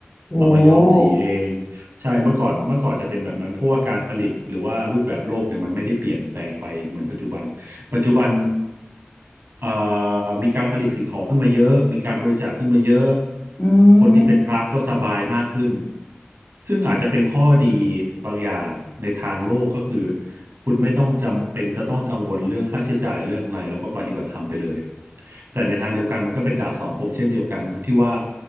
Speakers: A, on the left; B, on the right.
A: โห
B: เอามาย้อมสีเองใช่เมื่อก่อนเมื่อก่อนจะเป็นแบบนั้นเพราะว่าการผลิตหรือว่ารูปแบบโลกเนี่ยมันไม่ได้เปลี่ยนแปลงไปเหมือนปัจจุบัน ปัจจุบันเอ่อมีการผลิตสิ่งของขึ้นมาเยอะมีการบริจาคขึ้นมาเยอะ
A: อื
B: คนที่เป็นพระก็สบายมากขึ้น
A: ม
B: ซึ่งอาจจะเป็นข้อดีบางอย่างในทางโลกก็คือคุณไม่ต้องจำเป็นจะต้องกังวลเรื่องค่าใช้จ่ายเรื่องอะไรแล้วก็ปฏิบัติธรรมไปเลยแต่ในทางเดียวกันมันก็เป็นดาบสองคมเช่นเดียวกันตรงที่ว่า